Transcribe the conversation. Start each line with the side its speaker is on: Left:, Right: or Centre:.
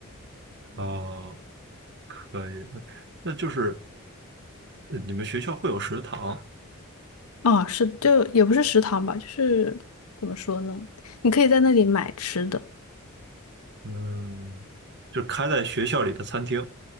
Right: 哦，可以，那那就是呃你们学校会有食堂，
Left: 哦，是，就也不是食堂吧，就是怎么说呢？你可以在那里买吃的。
Right: 嗯，就开在学校里的餐厅，